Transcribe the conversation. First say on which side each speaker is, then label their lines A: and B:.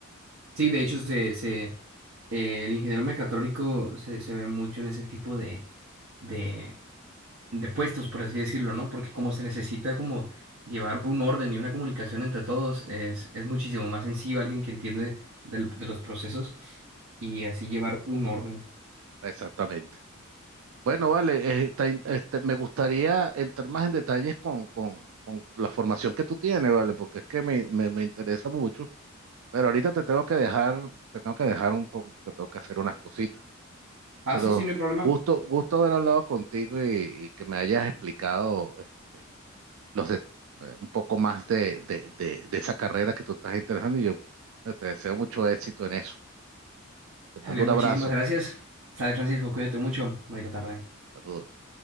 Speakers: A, on the right (about 85°); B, on the right (about 65°).
A: Sí, de hecho, se, se, eh, el ingeniero mecatrónico se, se ve mucho en ese tipo de, de, de puestos, por así decirlo, ¿no? Porque como se necesita como llevar un orden y una comunicación entre todos, es, es muchísimo más sencillo alguien que entiende del- de los procesos y así llevar un orden.
B: Exactamente. Bueno, vale, eh, ta- este, me gustaría entrar más en detalles con, con, con la formación que tú tienes, vale, porque es que me, me, me interesa mucho. Pero ahorita te tengo que dejar, te tengo que dejar un poco, que tengo que hacer unas cositas.
A: Ah,
B: Pero
A: sí, sí, no hay problema.
B: gusto, gusto haber hablado contigo y, y que me hayas explicado este, los de- eh, un poco más de, de, de, de esa carrera que tú estás interesando y yo eh, te deseo mucho éxito en eso. Te mando
A: Dale,
B: un
A: muchísimas
B: abrazo.
A: gracias. Sale, Francisco, cuídate mucho. Bonita tarde.
B: Saludos.